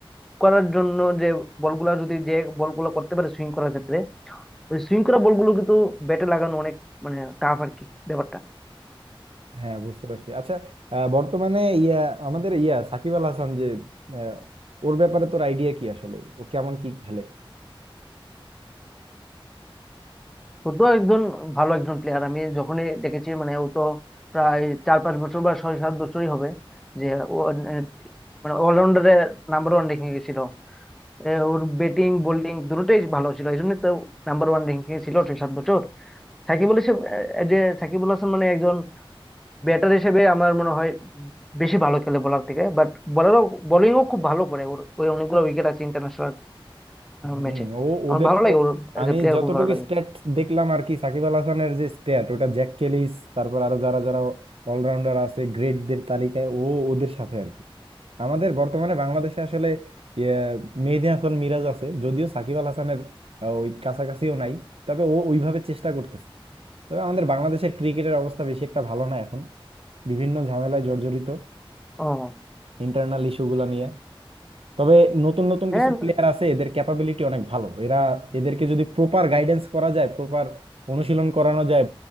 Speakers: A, in the centre; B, on the right.
A: করার জন্য যে বলগুলা যদি যে বলগুলো করতে পারে সুইং করার ক্ষেত্রে ওই সুইং করা বলগুলো কিন্তু ব্যাটে লাগানো অনেক মানে টাফ আর কি ব্যাপারটা
B: হ্যাঁ বুঝতে পারছি আচ্ছা আহ, বর্তমানে ইয়া আমাদের ইয়া সাকিব আল হাসান যে আহ, ওর ব্যাপারে তোর আইডিয়া কি আসলে ও কেমন কি খেলে
A: ও তো একজন ভালো একজন প্লেয়ার আমি যখনই দেখেছি মানে ও তো প্রায় চার পাঁচ বছর বা ছয় সাত বছরই হবে যে ও আহ, মানে অলরাউন্ডারে নাম্বার ওয়ান র্যাঙ্কিং এ ছিল এ ওর ব্যাটিং বোলিং দুটোই ভালো ছিল এই জন্য তো নাম্বার ওয়ান র্যাঙ্কিং এ ছিল ছয় সাত বছর সাকিবুল হিসেবে এ, যে সাকিবুল হাসান মানে একজন ব্যাটার হিসেবে আমার মনে হয় বেশি ভালো খেলে বলার থেকে বাট বলারও বোলিংও খুব ভালো করে ওর ওই অনেকগুলো উইকেট আছে ইন্টারন্যাশনাল
B: হুম
A: ম্যাচে
B: ও
A: আমার
B: ওদের
A: ভালো লাগে
B: ও-
A: ওর এজ
B: আমি
A: এ প্লেয়ার
B: যতটুকু
A: খুব ভালো লাগে
B: স্ট্যাট দেখলাম আর কি সাকিব আল হাসানের যে স্ট্যাট ওটা জ্যাক কেলিস তারপর আরো যারা যারা অলরাউন্ডার আছে গ্রেটদের তালিকায় ও ওদের সাথে আর কি আমাদের বর্তমানে বাংলাদেশে আসলে ইয়ে, মেহেদী হাসান মিরাজ আছে যদিও সাকিব আল হাসানের আহ, ওই কাছাকাছিও নাই তবে ও ওইভাবে চেষ্টা করতেছে তবে আমাদের বাংলাদেশের ক্রিকেটের অবস্থা বেশি একটা ভালো না এখন বিভিন্ন ঝামেলায় জর্জরিত
A: ও
B: ইন্টারনাল ইস্যুগুলো নিয়ে তবে নতুন নতুন
A: হ্যাঁ
B: কিছু প্লেয়ার আছে এদের ক্যাপাবিলিটি অনেক ভালো এরা এদেরকে যদি প্রপার গাইডেন্স করা যায় প্রপার অনুশীলন করানো যায়